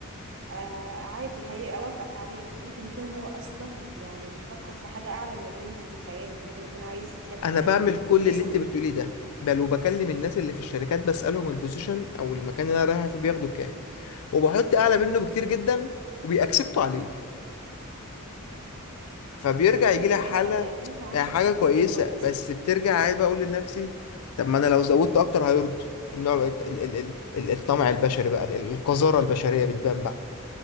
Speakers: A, on the right (about 60°); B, on the left (about 80°).
A: آه عادي هيوافقك عليها ممكن يكون هو أصلا يعني بيفكر في حاجة أعلى من اللي انت متخيلها ممكن يكون عايز يديلك
B: انا
A: تمانية
B: بعمل كل
A: تسعة
B: اللي انت بتقوليه ده بل وبكلم الناس اللي في الشركات بسألهم البوزيشن او المكان اللي انا رايح فيه بياخدوا كام وبحط اعلى منه بكتير جدا وبيأكسبتوا عليه فبيرجع
A: ده حاجة
B: يجي لي
A: كويسة
B: حاله
A: لأن أنت عندك
B: يعني حاجه
A: سكيلز
B: كويسه
A: كويسة
B: بس بترجع عيب اقول لنفسي طب ما انا لو زودت اكتر هيرضوا النوع ال- ال- ال- ال- الطمع البشري بقى ال- ال- القذاره البشريه بتبان بقى